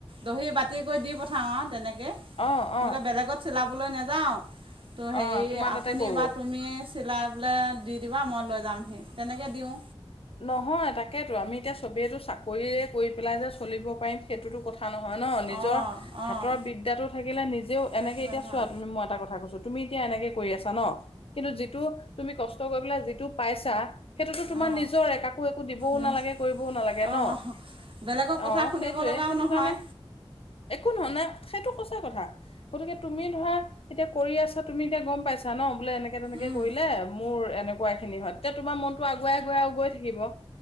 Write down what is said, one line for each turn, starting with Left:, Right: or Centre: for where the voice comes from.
Right: দহি বাতি কৰি দি পঠাও আৱ অ তেনেকে
Left: অ অ
Right: বোলে বেলেগট চিলাব বলৈ নেযাওঁ ত' হেৰি
Left: অ তোমাৰ
Right: আপুনি
Left: তাতে কৰো
Right: বা তুমি চিলাই পেলাই দি দিবা মই লৈ যামহি তেনেকে দিওঁ
Left: নহয় তাকেইতো আমি এতিয়া চবেইটো চাকৰিয়ে কৰি পেলাই যে চলিব পাৰিম সেইটোতো কথা কথা নহয় ন নিজৰ
Right: অঁ
Left: হাতৰ
Right: অঁ
Left: বিদ্যাটো থাকিলে নিজেও
Right: থাকিলে
Left: এনেকে এতিয়া
Right: ভাল
Left: চোৱা তুমি মই এটা কথা কৈছোঁ তুমি এতিয়া এনেকে কৰি আছা ন কিন্তু যিটো তুমি কষ্ট কৰি পেলাই যিটো পাইছা সেইটোতো তোমাৰ
Right: অঁ
Left: নিজৰে কাকো একো দিবও
Right: নিজ
Left: নালাগে কৰিবও নালাগে ন
Right: অঁ বেলেগৰ
Left: অ
Right: কথা শুনিব
Left: সেইটোয়ে
Right: লগাও
Left: সেইটো
Right: নহয়
Left: কাৰণে একো নহয় নে সেইটো সঁচা কথা গতিকে তুমি ধৰা এতিয়া কৰি আছা তুমি এতিয়া গম পাইছা ন বোলে এনেকে তেনেকে
Right: অঁ
Left: কৰিলে মোৰ এনেকুৱা এখিনি হয় এতিয়া তোমাৰ মন আগুৱাই গুৱাই গৈ থাকিব